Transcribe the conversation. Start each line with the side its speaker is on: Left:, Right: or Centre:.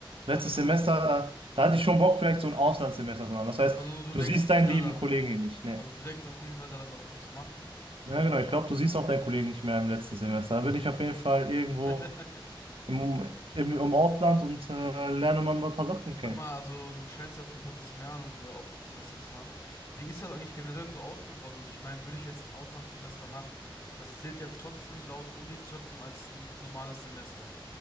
Right: Letztes
Left: Also du,
Right: Semester, da, da hatte ich schon Bock, vielleicht so ein Auslandssemester zu machen. Das heißt,
Left: also du
Right: du
Left: denkst
Right: siehst
Left: wirklich
Right: deinen
Left: daran.
Right: lieben Kollegen hier nicht. Ne?
Left: Also du denkst auf jeden Fall daran, das mal zu machen.
Right: Ja, genau, ich glaube, du siehst auch deinen Kollegen nicht mehr im letzten Semester. Da bin ich auf jeden Fall irgendwo
Left: <laughs>
Right: im, im, im Ausland und äh, lerne mal ein paar Sachen kennen.
Left: Guck mal, also du scheinst ja auf jeden Fall ein bisschen mehr Ahnung über Auslandssemestern zu haben. Wie ist das eigentlich generell so aufgebaut? Also ich meine, würde ich jetzt ein Auslandssemester machen, das zählt ja trotzdem laut Uni trotzdem als ein normales Semester.